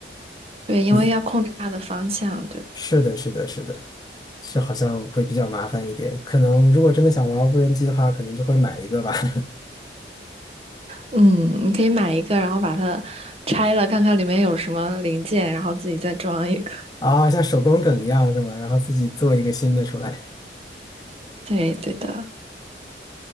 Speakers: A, on the right; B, on the left.
A: 对，因为要控制它的方向，
B: 嗯，
A: 对吧？
B: 是的，是的，是的，是好像会比较麻烦一点。可能如果真的想玩无人机的话，可能就会买一个吧。<laughs>
A: 嗯，你可以买一个，然后把它拆了，看看里面有什么零件，然后自己再装一个。<laughs>
B: 啊，像手工梗一样是吗？然后自己做一个新的出来。
A: 对，对的。